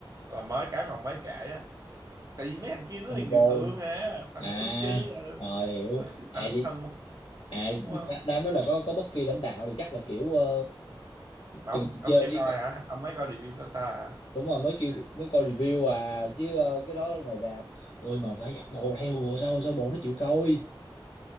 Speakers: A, on the right (about 40°); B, on the left (about 80°).
A: Là mới cái mà mới kể á. Tại vì mấy thằng kia nó
B: Marvel
A: là người thường à, thằng
B: à
A: Senchi à,
B: rồi hiểu
A: nó là sức
B: à
A: mạnh
B: vậy
A: của thần mà
B: à
A: đúng không?
B: đám đó là có có bất kỳ lãnh đạo thì chắc là kiểu ờ,
A: Mà
B: từng
A: ông ông
B: chơi
A: chưa
B: với
A: coi
B: các-
A: hả? Ông mới coi review sơ sơ hả?
B: đúng rồi mới kêu mới coi review à chứ ờ, cái đó ngoài rạp ôi mà phải giặt bồ theo rồi sao sao bồ nó chịu coi